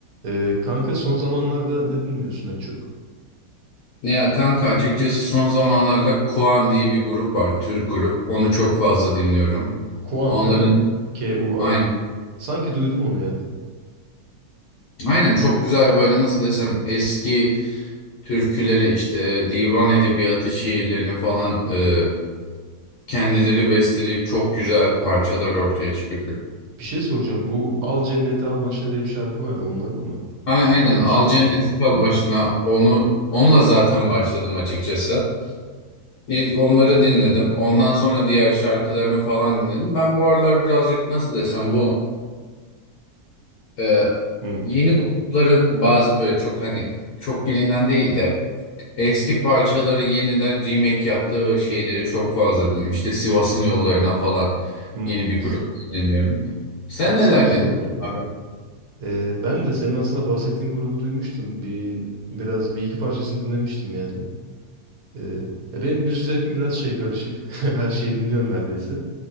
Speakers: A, on the right (about 60°); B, on the left (about 70°).
A: Ee, kanka son zamanlarda ne dinliyorsun en çok?
B: Ya kanka açıkçası son zamanlarda Kuan diye bir grup var. Türk grup. Onu çok fazla dinliyorum.
A: Kuan
B: Onların
A: değil mi? K-U-A-N.
B: aynen.
A: Sanki duydum onu ya.
B: Aynen çok güzel böyle nasıl desem eski türküleri işte divan edebiyatı şiirlerini falan e, kendileri besteleyip çok güzel parçalar ortaya çıkıyor.
A: Bir şey soracağım. Bu Al Cenneti Al Başına diye bir şarkı vardı. Onların mı?
B: Ay- Aynen
A: Bunlar mı
B: Al
A: söylüyor
B: Cenneti
A: yani?
B: Çal Başına onu onunla zaten başladım açıkçası. İlk onları dinledim. Ondan sonra diğer şarkılarını falan dinledim. Ben bu aralar birazcık nasıl desem bu e,
A: Hmm.
B: yeni grupların bazı böyle çok hani çok bilinen değil de eski parçaları yeniden remake yaptığı şeyleri çok fazla dinliyorum. İşte Sivas'ın yollarına falan
A: Hmm.
B: yeni bir grup dinliyorum. Sen
A: Ya aslında
B: neler
A: güzel
B: dinliyorsun
A: oluyor.
B: abi?
A: Ee, ben de senin aslında bahsettiğin grubu duymuştum. Bir biraz bir iki parçasını dinlemiştim yani. Ee, ya benim müzik zevkim biraz şey karışık. <laughs> Her şeyi dinliyorum neredeyse.